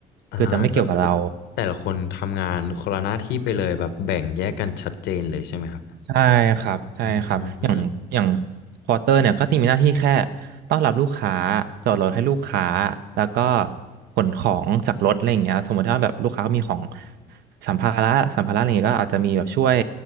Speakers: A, on the left; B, on the right.
A: อ่าก็คือ
B: คือจะไม่เกี่ยวกับเรา
A: แต่ละคนทำงานคนละหน้าที่ไปเลยแบบแบ่งแยกกันชัดเจนเลยใช่ไหมครับ
B: ใช่ครับใช่ครับอย่างอย่าง
A: อืม
B: พอเตอร์เนี่ยก็จะมีหน้าที่แค่ต้อนรับลูกค้าจอดรถให้ลูกค้าแล้วก็ขนของจากรถอะไรอย่างเงี้ยสมมติถ้าแบบลูกค้ามีของสัมภาระสัมภาระอะไรอย่างเงี้ยก็อาจจะมีแบบช่วย